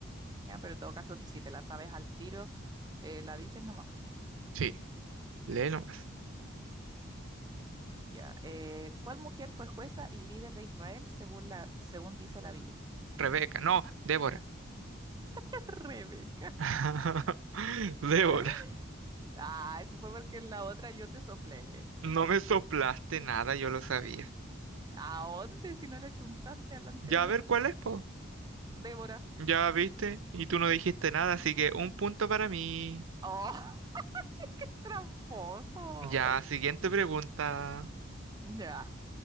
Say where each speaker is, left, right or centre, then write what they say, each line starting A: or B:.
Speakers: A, on the right; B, on the right.
A: ¿ya? Pero en todo caso, si te la sabes al tiro, eh, la dices nomás,
B: Sí, lee nomás.
A: ¿ya? Ya. Eh, ¿cuál mujer fue jueza y líder de Israel según la, según dice la Biblia?
B: Rebeca, no, Débora.
A: <laughs> Rebeca.
B: <laughs> Débora,
A: <laughs> Ah, eso fue porque en la otra yo te soplé.
B: no me soplaste nada, yo lo sabía.
A: ¿A dónde si no le chuntaste a la anterior?
B: Ya a ver cuál es, po.
A: Débora.
B: Ya viste, y tú no dijiste nada, así que un punto para mí.
A: Oh. Tramposo.
B: Ya, siguiente pregunta.
A: Ya.